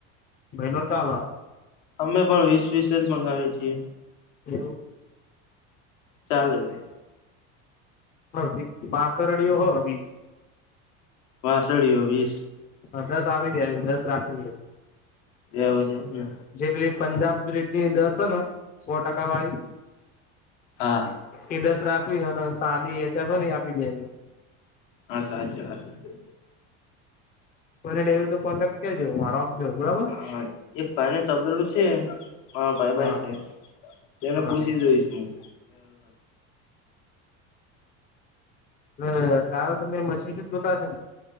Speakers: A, on the left; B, on the left.
A: ભાઈનું ચાલ.
B: અમે પણ વીસ-વીસ જ મગાવીએ છીએ.
A: એવું.
B: ચાલે રે.
A: હવ હી વાસરડીઓ હ વીસ.
B: વાસળીઓ વીસ.
A: હન, દસ આપી દેજો, દસ રાખી લે.
B: એવું છે, એમ ને.
A: જે પેલી પંજાબ બ્રિ જે દસ હન, સો ટકાવાળી
B: હા
A: એ દસ રાખ વી હન, સાદી એચ પ હેન ઈ આપી દેવી.
B: હા, સાચી વાત હે.
A: કોઈને લેવી તો કોન્ટેક્ટ કરજો, મારો આપજો બરાબર.
B: હા, એક ભાઈને તબેલું છે. મારો ભાઈબંધ
A: હા
B: છે, એને
A: હા
B: પૂછી જોઈશ હું.
A: લે ગાયો તમે મશીનથી જ જોતા હશે ન.